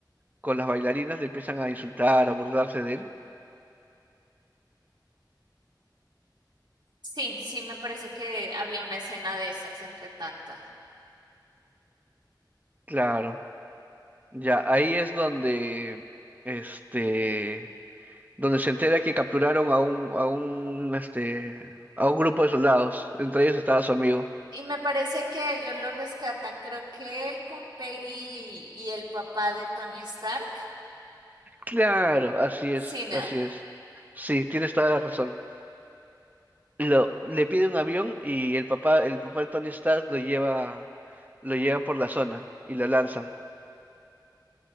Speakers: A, on the right; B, on the right.
A: con las bailarinas le empiezan a insultar, a burlarse de él?
B: Sí, sí, me parece que había una escena de esas entre tantas.
A: Claro, ya ahí es donde, este, donde se entera que capturaron a un, a un, este, a un grupo de soldados. Entre ellos estaba su amigo.
B: Y me parece que ellos lo rescatan, creo que él con Peggy y, y el papá de Tony Stark.
A: Claro, así
B: Sí,
A: es,
B: ¿no?
A: así es. Sí, tienes toda la razón. Lo, le pide un avión y el papá, el papá de Tony Stark lo lleva, lo lleva por la zona y lo lanzan.